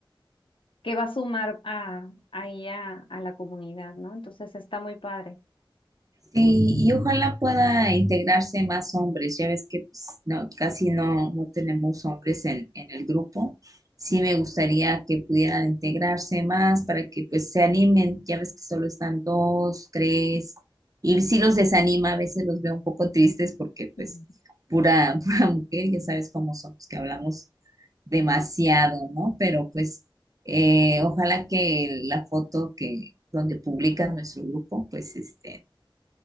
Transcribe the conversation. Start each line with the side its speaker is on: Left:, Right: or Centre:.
Left: que va a sumar a, ahí a, a la comunidad, ¿no? Entonces está muy padre.
Right: Sí, y ojalá pueda integrarse más hombres. Ya ves que pues, no, casi no, no tenemos hombres en, en el grupo. Sí me gustaría que pudieran integrarse más para que pues se animen. Ya ves que solo están dos, tres. Y sí los desanima, a veces los veo un poco tristes porque
Left: Ujú.
Right: pues pura, <laughs> pura mujer, ya sabes cómo somos, que hablamos demasiado, ¿no? Pero pues eh, ojalá que la foto que donde publican nuestro grupo, pues este